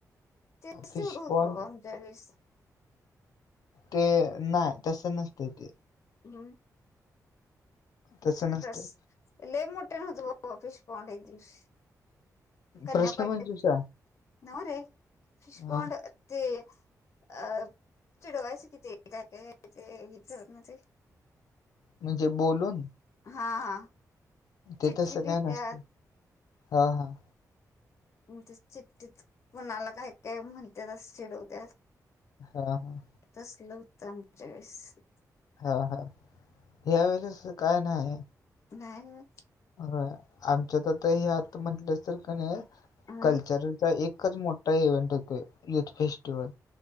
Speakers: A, on the left (about 50°); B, on the left (about 75°).
A: ते <unintelligible>
B: फिश
A: बाबा
B: पण
A: आमच्या वळेस.
B: ते नाय तसं नसतंय ते.
A: हम्म.
B: तसं नसते
A: तस लय मोठ्यानं होतं बाबा फिशपॉंड एक दिवस् कन्या
B: प्रश्न
A: कॉलेज,
B: मंजुषा
A: हो रे फिषपाॅंड
B: हा
A: ते अ चिडवायचं कि ते काय काय <unintelligible> ते.
B: म्हणजे बोलून.
A: हा हा.
B: ते
A: चिठ्ठी
B: तसं
A: लिहित्यात
B: काय नसतं, हा हा.
A: म्हग चिट्टीत, कूणाला काय काय म्हणत्यात असं चिडवत्या
B: हा हा.
A: तसलं हुतं आमच्या वेळेस.
B: हा हा, या वेळेस काय नाई.
A: नाय वय.
B: होय, आमच्यात आता हे आता म्हंटलस तर क नाही,
A: हा
B: कल्चरल चा एकच मोठा इव्हेंट होतोय, युथ फेस्टिवल.